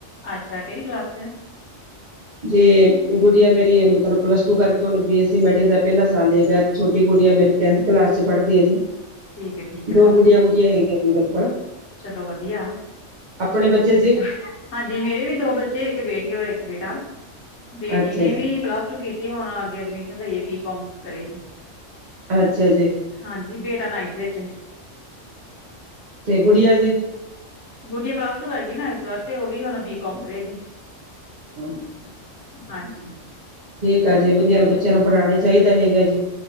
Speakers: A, on the left; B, on the right.
A: ਅੱਛਾ ਕਿਹੜੀ ਕਲਾਸ ਚ
B: ਜੇ ਗੁੜੀਆਂ ਮੇਰੀ ਮਤਲਬ ਪਲੱਸ ਟੂ ਕਰਕੇ ਹੁਣ ਬੀਸੀ ਮੈਡੀਕਲ ਦਾ ਪਹਿਲਾ ਸਾਲ ਹੈਗਾ। ਛੋਟੀ ਗੁੜੀਆਂ ਮੇਰੀ ਟੈਂਨਥ ਕਲਾਸ ਚ ਪੜ੍ਹਦੀ ਹੈ ਜੀ
A: ਠੀਕ ਹੈ ਠੀਕ ਹੈ
B: ਦੋ ਗੁੜੀਆਂ ਗੁੜੀਆਂ ਹੈਗੀਆਂ ਜੀ ਮੇਰੇ ਕੋਲ
A: ਚਲੋ ਵਧੀਆ ਅਕੇਲਾ।
B: ਆਪਣੇ ਬੱਚੇ ਜੀ
A: ਹਾਂਜੀ ਮੇਰੇ ਵੀ ਦੋ ਬੱਚੇ ਇੱਕ ਬੇਟੀ ਔਰ ਇੱਕ ਬੇਟਾ ਬੇਟੀ
B: ਅੱਛਾ
A: ਨੇ
B: ਜੀ।
A: ਵੀ ਪਲੱਸ ਟੂ ਕੀਤੀ। ਕੀ ਹੁਣ ਅੱਗੇ ਐਡਮਿਸ਼ਨ ਲਈਏ ਬੀ ਕੌਮ ਕਰੇਗੀ।
B: ਅੱਛਾ ਜੀ।
A: ਹਾਂਜੀ ਬੇਟਾ ਨਾਈਨਥ ਵਿੱਚ
B: ਤੇ ਗੁੜੀਆ ਜੇ
A: ਗੁੱਡੀਆ ਪਲਾਸ ਟੂ ਕਰ ਗਈ ਨਾ ਇਸ ਵਾਰ ਤੇ ਉਹ ਵੀ ਹੁਣ ਬੀ ਕੌਮ ਕਰੇਗੀ।
B: ਹਾਂਜੀ।
A: ਹਾਂਜੀ।
B: ਠੀਕ ਆ ਜੀ ਵਧੀਆ ਬੱਚਿਆਂ ਨੂੰ ਪੜ੍ਹਉਣਾ ਚਾਹੀਦਾ ਹੈਗਾ ਜੇ।